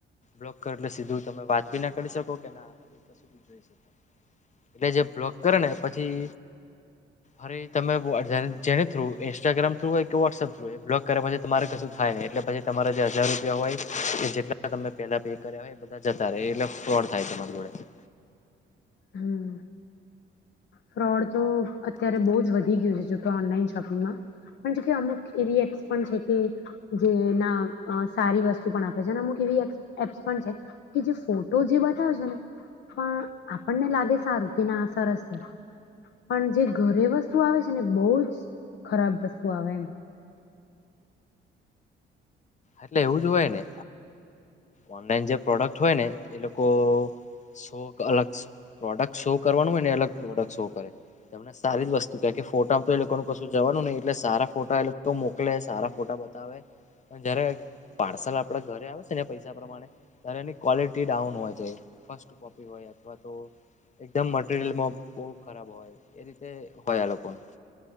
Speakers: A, on the left; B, on the left.
A: બ્લોક કરે એટલે સીધું તમે વાત બી ના કરી શકો કે ના કી જોઈ શકો એટલે જે બ્લોક કરે ને પછી ફરી તમે જેને થ્રુ ઇન્સ્ટાગ્રામ થ્રુ હોય કે વોટ્સઅપ થ્રુ એ બ્લોગ કર્યા પછી તમારે કશું થાય નહી એટલે પછી તમારે જે હજાર રૂપિયા હોય કે જેટલા તમે પેલા પે કર્યા હોય એ બધા જતા રહે એટલે ફ્રોડ થાય તમારી જોડે.
B: હમ્મ. ફ્રોડ તો અત્યારે બહુ જ વધી ગયું છે જોકે ઓનલાઈન શોપિંગમાં પણ જોકે અમુક એવી એપ્સ પણ છે કે જે ના સારી વસ્તુ પણ આપે છે અમુક એવી એપ્સ પણ છે કે જે ફોટો જે બતાવે છે ને પણ આપણને લાગે સારું કે ના સરસ છે પણ જે ઘરે વસ્તુ આવે છે ને બહુ જ ખરાબ વસ્તુ આવે.
A: એટલે એવું જ હોય ને ઓનલાઈન જે પ્રોડક્ટ ઠ હોય ને એ લોકો શો અલગ પ્રોડક્ટ શો કરવાનું હોય ને અલગ પ્રોડક્ટ શો કરે તમને સારી જ વસ્તુ ક ફોટામાં તો એ લોકો કશું જવાનું નહી એટલે સારા ફોટા એ લોકો મોકલે સારા ફોટા બતાવે પણ જારે પાર્સલ આપડા ઘરે આવે છે ને પૈસા પ્રમાણે ત્યારે એની ક્વલિટી ડાઉન હોય જાય ફસ્ટ કોપી હોય અથવા તો એકદમ મટરિયલમાં બહ ખરાબ હોય એ રીતે હોય આ લોકો ન